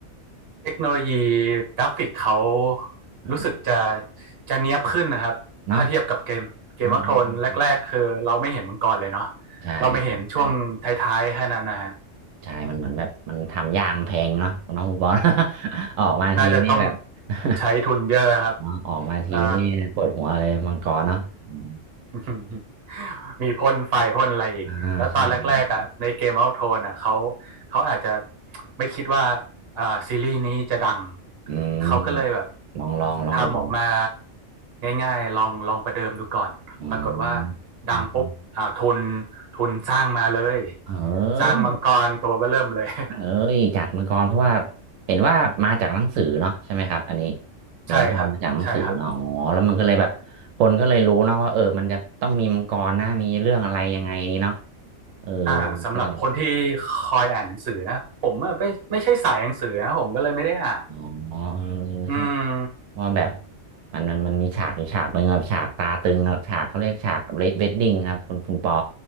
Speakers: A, on the right; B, on the right.
A: เทคโนโลยีกราฟิกเขา
B: อ่า
A: รู้สึกจะจะเนียบขึ้นนะครับถ้าเทียบกับเกมเกมวอฟโทนแรกๆคือเราไม่เห็นมังกรเลยเนาะ
B: เนาะอ่าใช่ใช่ใช่
A: เราไม่เห็นช่วงท้ายๆแค่นั้นนะฮะ
B: ใช่ มันเหมือนแบบมันทำยากมันแพงเนาะน้องคุณปอน <laughs> ออกมาทีนี่แบบ
A: น่าจะต้อง
B: <laughs>
A: ใช้ทุนเยอะครับ
B: เนาะออกมาทีนี่ปวดหัวเลยมังกรเนาะอืม
A: เอ่อ <laughs> มีพ่นไฟพ่นอะไรอีกแล้วตอนแรกๆอ่ะในเกม
B: อ่าใช่ใช่
A: o อ t โท o อ่ะเขาเขาอาจจะไม่คิดว่าอ่าซีรีส์นี้จะดัง
B: อืม
A: เขาก็เลยแบบ
B: ลองลองลองลอง
A: ทำออกมาง่ายๆลองลองประเดิมดูก่อนปรากฏว่า
B: อออม
A: ดังปุ๊บอ่าทุนทุนสร้างมาเลย
B: เออ
A: สร้างมังกรตัวเบ้อเริ่มเลย
B: เอ้ยจัดมังกรเพราะว่าเห็นว่ามาจากหนังสือเนาะใช่ไหมครับอันนี้
A: <laughs>
B: เดี๋ยวตอรมาจากหนังสือเนาะอ๋อแล้วมันก็เลยแบบคนก็เลยรู้เนาะว่าเออมันจะต้องมีมังกรนะมีเรื่องอะไรยังไงนี้เนาะ
A: ใช่ครับใช่ครับ
B: เออ
A: อ่าสำหรับคนที่
B: ก็เลย
A: คอยอ่านหนังสือนะผมไม่ไม่ใช่สายหนังสือนะผมก็เลยไม่ได้อ่าน
B: อ๋อเออใช่
A: อืม
B: ว่าแบบมันมันมันมีฉากอยู่ฉากหนึ่งครับฉากตาตึงครับฉากเขาเรียกฉากเรดเวดดิ้งครับคุณคุณปอ